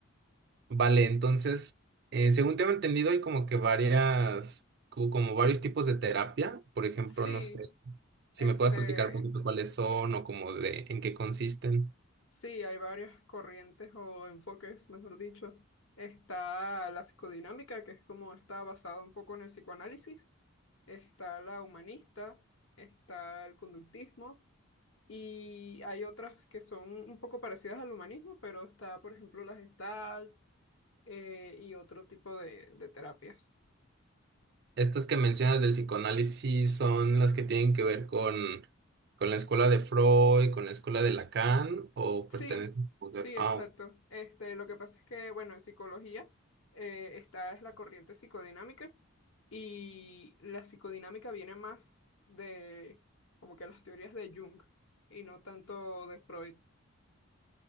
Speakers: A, on the right; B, on the left.
A: <laughs> Vale, entonces, eh, según tengo entendido, hay como que varias, co- como varios tipos de terapia. Por ejemplo,
B: Sí,
A: no sé. Si
B: este,
A: me puedes platicar un poquito cuáles son o como de en qué consisten.
B: sí, hay varias corrientes o enfoques, mejor dicho. Está la psicodinámica, que es como está basada un poco en el psicoanálisis. Está la humanista, está el conductismo y hay otras que son un poco parecidas al humanismo, pero está, por ejemplo, la Gestalt eh, y otro tipo de de terapias.
A: Estas que mencionas del psicoanálisis son las que tienen que ver con, con la escuela de Freud, con la escuela de Lacan o
B: Sí,
A: pertenecen...
B: sí, exacto.
A: ah,
B: Este, lo que pasa es que, bueno, en psicología, eh, esta es la corriente psicodinámica y la psicodinámica viene más de como que las teorías de Jung y no tanto de Freud.